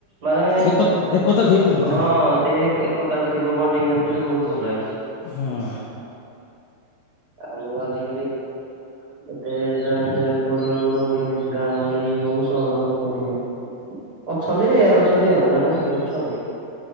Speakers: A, on the right; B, on the left.
A: ମାନେ
B: ଏକ ଏକତା ଥିବା ଦରକାର।
A: ହଁ ସେଇ ଏକ-ଏକତା ଟା ଥିବ ବଣ୍ଡିଙ୍ଗ ଟା ଥିଲେ ବହୁତ ଭଲ ଲାଗେ।
B: ହଁ।
A: ଆଉ ଆଜିକାଲି ଏତେ ଜଏଣ୍ଟ ଫାମିଲ କୋଉଠୀ ଆଉ ରହୁଚନ୍ତି ଗାଁ ଗହଳି ହଉ ସହର ହଉ କୋଉଠି ହଉ ଅଛନ୍ତିରେ ୟାର ଅଛନ୍ତି ଆଉ ନାହାନ୍ତି କି ଅଛନ୍ତି।